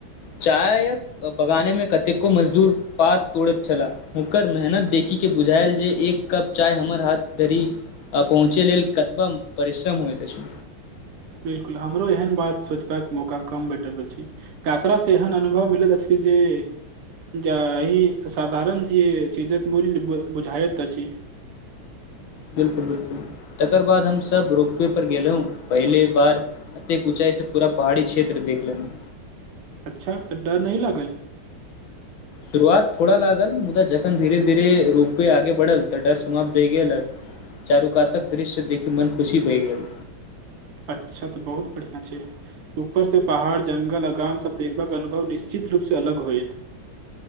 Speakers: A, on the left (about 65°); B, on the right (about 85°).
A: चाय य। बगाने में कतेको मजदूर पात तोड़ैत छलला। ओकर मेहनत देखिक के बुझायल जे एक कप चाय हमर हाथ तरी। पहुँचे लेल कतबम परिश्रम होइत अछि।
B: बिलकुल हमरो एहन बात सोचबाक मौका कम भेटल अछि। कातराससँ एहन अनुभव मिलैत अछि जे। जे एहि साधारण जेी चीजक मूल्य बुझाइत अछि।
A: बिल्कुल बिल्कुल तकर बाद हम सब रोपवे पर गेले ह पहले बार। एतेक ऊचाइस पुरा पहाड़ी क्षेत्र देख लेन।
B: अच्छा तऽ डर न लागल।
A: शुरुआत थोड़ा लागल मुदा जखन धीरे धीरे रूपे आगे बढ़ल तऽ डर समाप्त भए गेल। चारुकातक दृश्य देखी मन खुशी बहि गेल।
B: अच्छा तऽ बहुत बढ़िआँ छै। ऊपर से पहाड़ जंगल आगाम सब देखब के अनुभव निश्चित रूप से अलग होयत।